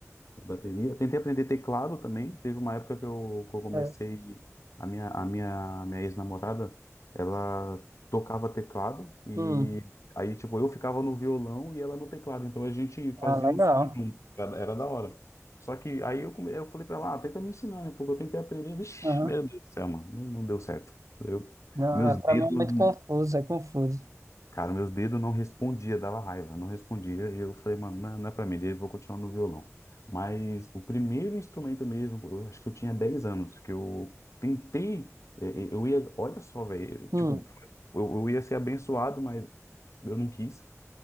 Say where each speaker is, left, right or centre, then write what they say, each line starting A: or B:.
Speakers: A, on the left; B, on the right.
A: Bateria. Eu tentei aprender teclado também. Teve uma época que eu, que eu comecei.
B: É.
A: A minha, a minha, minha ex-namorada, ela tocava teclado e
B: Hum,
A: aí, tipo, eu ficava no violão e ela no teclado. Então a gente fazia
B: ah, legal.
A: um som junto. Era, era da hora. Só que aí eu, come- eu falei pra ela, ah, tenta me ensinar, né? Porque eu tentei aprender. Vixe,
B: Uhum.
A: meu Deus do céu, mano. Não, não deu certo. Eu,
B: Não,
A: meus
B: é, para
A: dedos.
B: mim é muito confuso, é confuso.
A: Cara, meus dedos não respondia, dava raiva, não respondia. E eu falei, mano, não, é, não é pra mim, eu vou continuar no violão. Mas o primeiro instrumento mesmo, eu acho que eu tinha 10 anos, que eu tentei, eh, eh, eu ia, olha só, velho,
B: Hum,
A: tipo, eu, eu ia ser abençoado, mas eu não quis.